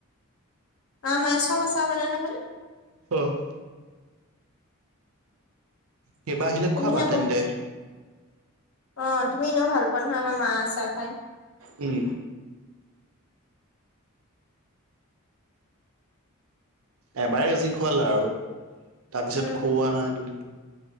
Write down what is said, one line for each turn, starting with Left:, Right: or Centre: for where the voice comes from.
Left: আ, মায় চব আছ বাননে নহয়।
Right: অ'। কবা আহিলে
Left: তুমিহে
Right: খোৱাবা তেন্তে।
Left: মোক অ, তুমি এনেও ভাল পোৱা নহয় আমাৰ মা আ চাহ খাই।
Right: উম। এবাৰে যি খুৱালা আৰু তাৰ পিছত
Left: উম
Right: খুওৱা নাই তুমি।